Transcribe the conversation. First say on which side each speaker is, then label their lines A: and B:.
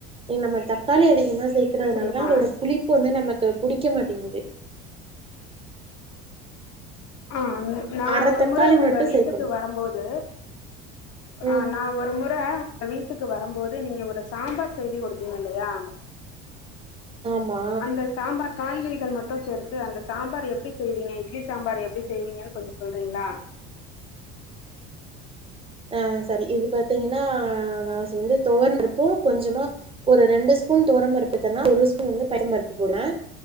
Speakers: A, on the right (about 20°); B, on the left (about 55°).
A: நீ நம்ம தக்காளி அதிகமா சேத் க்கிறதுனால
B: சரியாம்மா
A: தா அதோட புளிப்பு வந்து நமக்கு பிடிக்க மாட்டேங்குது
B: ஆ அது நா
A: அர
B: ஒரு
A: தக்காளி
B: முற உங்க
A: மட்டு
B: வீட்டுக்கு
A: சேக்கணு
B: வரும்போது ஆ
A: ம்
B: நா ஒரு முற வீட்டுக்கு வரும்போது நீங்க ஒரு சாம்பார் செய்தி குடுத்தீங்க இல்லையா
A: ஆமா
B: அந்த சாம்பார் காய்கறிகள் மட்டு சேர்த்து அந்த சாம்பார் எப்டி செய்வீங்க இட்லி சாம்பார் எப் ப்டி செய்வீங்கங்கன்னு கொஞ்சோ சொல்றீங்ளா
A: ஆ சரி இது பாத்தீங்கன்னா நா செ வந்து துவரம் பருப்பு கொஞ்சமா ஒரு ரெண்டு ஸ்பூன் தோரம் பருப்பு தன்னா ஒரு ஸ்பூன் வந்து பயித்தம் பருப்பு போடுவே